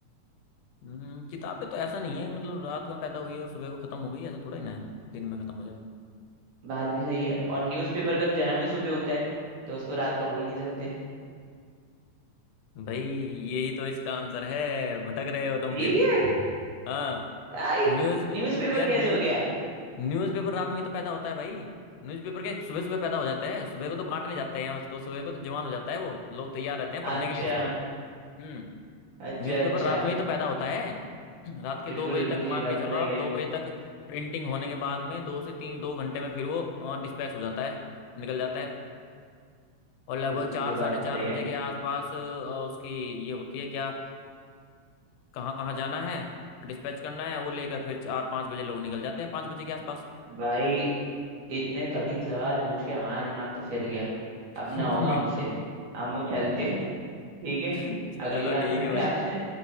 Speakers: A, on the left (about 85°); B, on the right (about 70°).
A: हम्म, किताब पे तो ऐसा नहीं है मतलब रात को पैदा हुई और सुबह को खत्म हो गई ऐसा थोड़ा ही ना है दिन में खत्म हो जाएगी
B: बात भी सही है और न्यूज़पेपर का तो जन्म ही सुबह होता है तो उसको रात का बोल नहीं सकते
A: भाई यही तो इसका आंसर है भटक रहे हो तुम
B: यही
A: फिर
B: है
A: हाँ
B: आई
A: न्यूज
B: न्यूज़पेपर
A: यार
B: कैसे
A: न्यूज
B: हो गया
A: न्यूज़पेपर रात में ही तो पैदा होता है भाई न्यूज़पेपर के सुबह सुबह पैदा हो जाता है सुबह को तो बांटने जाते हैं उसको सुबह को तो जवान हो जाता है वो लोग तैयार रहते हैं
B: अच्छा
A: पढ़ने के लिए उसको हम्म
B: अच्छा
A: न्यूज़पेपर
B: अच्छा
A: रात में ही तो पैदा होता है <clears throat> रात के
B: बिल्कुल
A: दो बजे
B: बिल्कुल
A: तक मान
B: ये बात
A: के चलो
B: तो सही
A: आप
B: है
A: दो बजे तक प्रिंटिंग होने के बाद में दो से तीन दो घंटे में फिर वो डिस्पैच हो जाता है निकल जाता है और लगभग
B: बिल्कुल
A: चार
B: ये
A: साढ़े
B: बात
A: चार
B: तो सही
A: बजे
B: है
A: के आसपास अ, उसकी ये होती है क्या अ, कहाँ कहाँ जाना है डिस्पैच करना है वो लेकर फिर चार पाँच बजे लोग निकल जाते हैं पाँच बजे के आसपास
B: भाई इतने कठिन सवाल पूछ के हमारा दिमाग तो फिर गया अब ना
A: <laughs>
B: होगा हमसे हम वो चलते हैं, ठीक है
A: चलो
B: अगली बार
A: ठीक
B: मिलते
A: है भाई
B: हैं आपसे